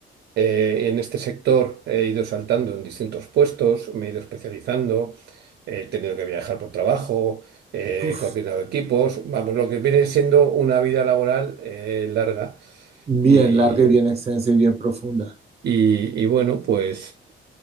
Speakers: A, on the right (about 55°); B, on the right (about 30°).
A: eh, en este sector, eh, he ido saltando en distintos puestos, me he ido especializando, he tenido que viajar por trabajo, eh,
B: Uf,
A: he coordinado equipos, vamos, lo que viene siendo una vida laboral eh, larga.
B: bien
A: Y,
B: larga y bien extensa y bien profunda.
A: y- y bueno, pues